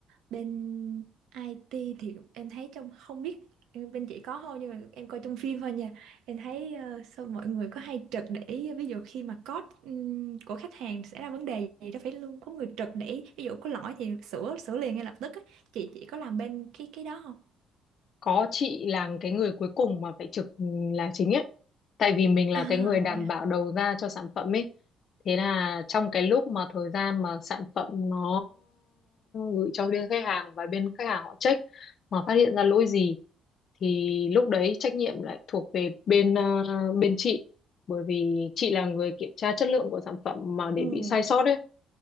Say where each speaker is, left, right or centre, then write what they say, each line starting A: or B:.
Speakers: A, on the right; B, on the left.
A: bên IT thì em thấy trong không biết em- bên chị có không nhưng mà em coi trong phim thôi nha em thấy ờ, sao mọi người có hay trực để ý ví dụ khi mà code ừm, của khách hàng xảy ra vấn đề gì đó phải luôn có người trực để ý ví dụ có lỗi thì sửa sửa liền ngay lập tức á. chị chị có làm bên cái cái đó không
B: Có chị là cái người cuối cùng mà phải trực là chính ấy. Tại vì mình là
A: à
B: cái người đảm
A: vậy à
B: bảo đầu ra cho sản phẩm ấy. Thế là trong cái lúc mà thời gian mà sản phẩm nó gửi cho bên khách hàng và bên khách hàng họ check mà phát hiện ra lỗi gì thì lúc đấy trách nhiệm lại thuộc về bên ờ, bên chị bởi vì chị là người kiểm tra chất lượng của sản phẩm mà để
A: ừ,
B: bị sai sót ấy